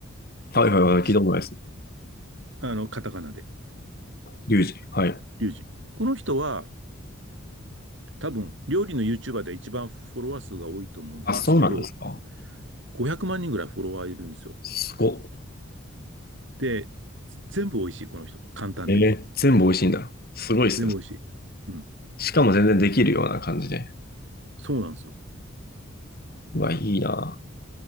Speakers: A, on the left; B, on the right.
A: はいはいはい、聞いたことないです。
B: しあの、カタカナで。
A: リュウジ。はい。
B: リュウジ。この人は、多分、料理の YouTuber で一番フォロワー数が多いと思うんですけど、
A: あ、そうなんですか。
B: 500万人ぐらいフォロワーいるんですよ。
A: すごっ。
B: で、全部美味しい、この人。簡単で。
A: えー、全部美味しいんだ。すごいですね。
B: 全部美味しい。うん。
A: しかも全然できるような感じで。
B: そうなんですよ。
A: うわ、いいな。